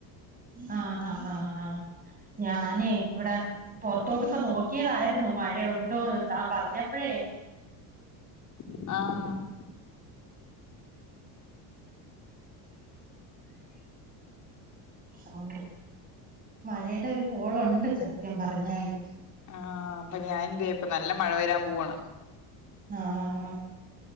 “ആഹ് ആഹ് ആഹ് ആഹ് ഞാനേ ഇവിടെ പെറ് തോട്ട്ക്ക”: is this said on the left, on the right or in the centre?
Right